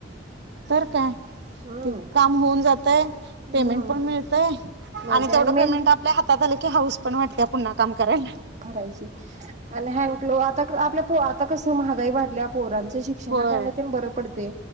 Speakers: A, on the right; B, on the right.
A: तर काय
B: हम्म
A: ते काम होऊन जातंय.
B: हम्म
A: पेमेंट पण मिळतंय
B: मिळते
A: आणि तेवढं पेमेंट
B: मेन
A: आपल्या हातात आल की हाऊस..... पण वाटतेय पुन्हा काम.. करायला
B: करायची आणि हँडग्लो आता... आपल्या पो आता कसं म्हागाई वाडलीया पोरांचं ते शिक्षणाकडन
A: होय
B: तेन बर पडत ते